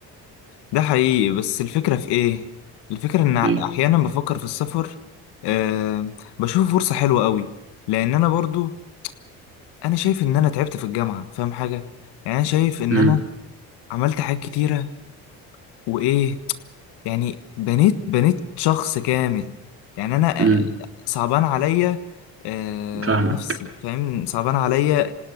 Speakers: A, on the left; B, on the right.
A: ده حقيقي بس الفكرة في ايه الفكرة ان ع-
B: ايه
A: احيانا بفكر في السفر آه بشوف فرصة حلوة قوي لان انا برضو انا شايف ان انا تعبت في الجامعه فاهم حاجه يعني انا شايف ان
B: امم
A: انا عملت حاجات كتيره وايه يعني بنيت بنيت شخص كامل يعني انا
B: امم
A: آه، صعبان عليا آه
B: فاهمك
A: نفسي فاهم صعبان عليا